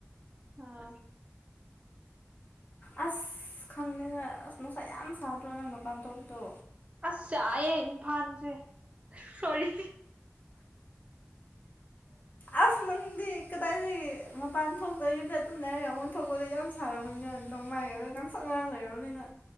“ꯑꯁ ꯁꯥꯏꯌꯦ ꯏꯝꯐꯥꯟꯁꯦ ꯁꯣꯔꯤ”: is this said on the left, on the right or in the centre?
Right